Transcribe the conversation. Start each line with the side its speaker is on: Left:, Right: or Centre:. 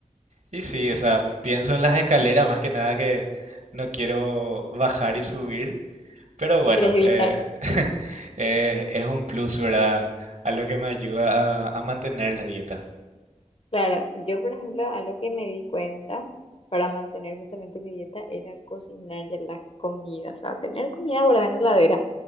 Right: Y sí, o sea, pienso en las escaleras más que nada que no quiero bajar y subir, pero bueno,
Left: Quieres evitar.
Right: eh, <laughs> eh, es un plus, ¿verdad? Algo que me ayuda a, a mantener la dieta.
Left: Claro, yo, por ejemplo, algo que me di cuenta para mantener justamente mi dieta era cocinar de la comida, o sea, tener comida guardada en la heladera.